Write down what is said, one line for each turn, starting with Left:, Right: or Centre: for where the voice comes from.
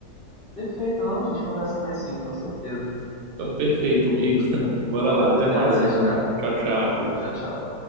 Left: Perfeito, não, a gente conversa mais sim, com certeza.
Right: Então, perfeito, amigo. <laughs> Bora
Left: Hum,
Right: lá, até
Left: Até
Right: mais
Left: mais,
Right: então.
Left: cara.
Right: Tchau, tchau.
Left: Falou, tchau, tchau.